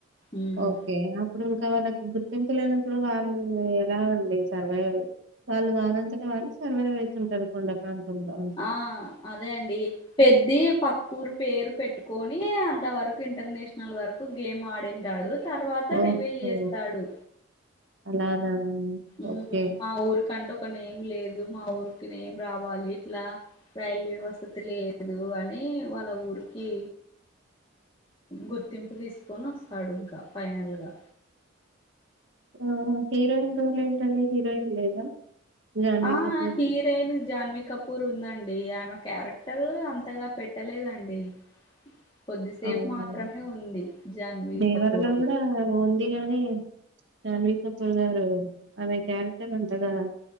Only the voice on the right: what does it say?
ఓకే నా ఇప్పుడు ఇంకా వాళ్ళకు గుర్తింపు లేనప్పుడు వాళ్ళు ఎలా అండి సర్వైవ్ అయ్ వాళ్ళు వాదంతట వాళ్ళు సర్వైవ్ అయితుంటరు కొండ అంతంలో
ఓహో
అలానా
ఓకే.
ఉమ్ హీరోయిన్ రోల్ ఏంటండి, హీరోయిన్ లేదా? 'జాన్వీ
కపూర్'.
అవునా?
'దేవర'లో
గూడా ఉంది గని జాన్వి కపూర్ గారు ఆమె క్యారెక్టర్ అంతగా